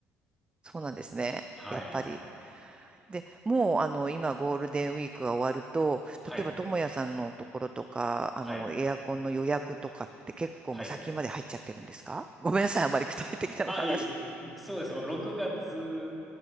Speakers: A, on the right (about 20°); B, in the centre.
A: そうなんですね。
B: はい、
A: やっぱり。で、もう、あの、今、ゴールデンウィークが終わると、
B: はい、
A: 例えば、ともやさんのところとか、あの、
B: はい、
A: エアコンの予約とかって結構もう先まで入っちゃってるんですか
B: はい。
A: <laughs> ごめんなさい、あまり具体的なお話
B: あ、いえいえ。そうです。6月、